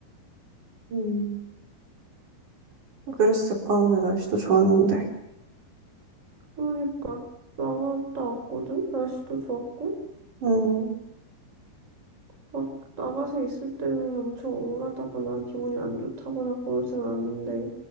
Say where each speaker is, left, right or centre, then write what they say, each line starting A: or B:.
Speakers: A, on the right; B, on the right.
A: 음. 그랬을까? 오늘 날씨도 좋았는데.
B: 그러니까 나갔다 왔거든? 날씨도 좋았고?
A: 음,
B: 막 나가서 있을 때는 엄청 우울하다거나 기분이 안 좋다거나 그러진 않는데,